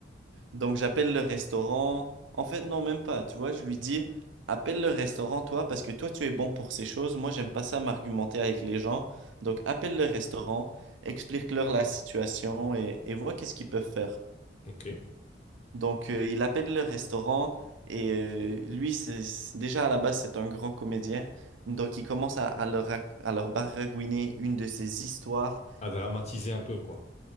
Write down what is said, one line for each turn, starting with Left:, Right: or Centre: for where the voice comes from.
Right: Donc, j'appelle le restaurant. En fait, non, même pas, tu vois, je lui dis, appelle le restaurant, toi, parce que toi, tu es bon pour ces choses. Moi, j'aime pas ça m'argumenter avec les gens. Donc, appelle le restaurant, explique-leur la situation et, et vois qu'est-ce qu'ils peuvent faire.
Left: Ok.
Right: Donc, euh, il appelle le restaurant et euh, lui, c'est, c'est- déjà à la base, c'est un grand comédien. Donc, il commence à, à leur, rac- à leur baragouiner une de ses histoires
Left: À dramatiser un peu, quoi.